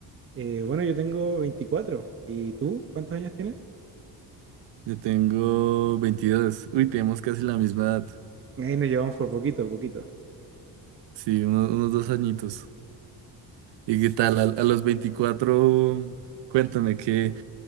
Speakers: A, on the right; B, on the right.
A: Eh, bueno, yo tengo 24. ¿y tú? ¿Cuántos años tienes?
B: Yo tengo 22. Uy, tenemos casi la misma edad.
A: Ahí nos llevamos por poquito, poquito.
B: Sí, unos, unos dos añitos. ¿Y qué tal? A, a los veinticuatro cuéntame, ¿qué,